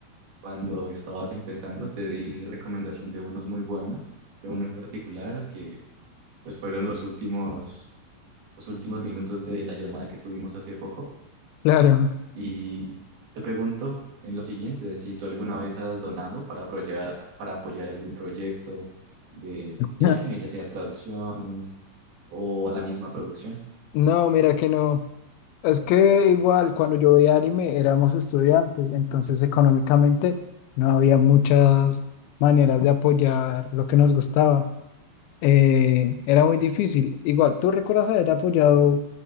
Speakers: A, on the right; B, on the left.
A: Cuando estabas empezando, te di recomendación de unos muy buenos, de uno en particular que pues fueron los últimos, los últimos minutos de la llamada que tuvimos hace poco.
B: <laughs> claro.
A: Y te pregunto en lo siguiente, de si tú alguna vez has donado para apoyar, para apoyar algún proyecto de,
B: <laughs>
A: de anime, ya sea traducciones o a la misma producción.
B: No, mira que no. Es que igual cuando yo veía anime éramos estudiantes, entonces económicamente no había muchas maneras de apoyar lo que nos gustaba. Eh, era muy difícil. Igual, ¿tú recuerdas haber apoyado?